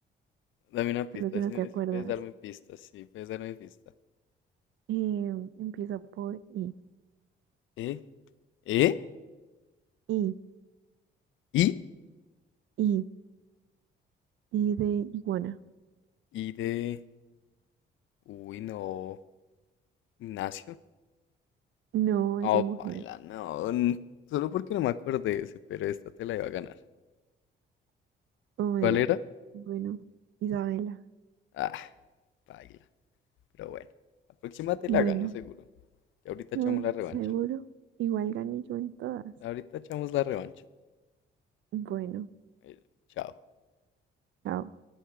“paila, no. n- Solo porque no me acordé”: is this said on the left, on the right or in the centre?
Left